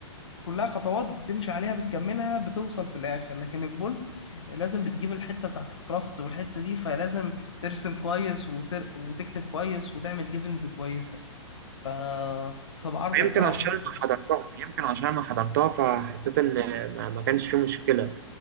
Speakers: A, on the left (about 65°); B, on the right (about 40°).
A: كلها خطوات بتمشي عليها بتكملها بتوصل في الاخر لكن البولت لازم بتجيب الحته بتاعت الفراست والحته دي فلازم ترسم كويس وتر... وتكتب كويس وتعمل جيفنز كويسه ف فبعرضك
B: يمكن
A: صراحه
B: عشان
A: في الحته
B: انا
A: دي
B: حضرتها يمكن عشان انا حضرتها فحسيت ان ما ما كانش في مشكله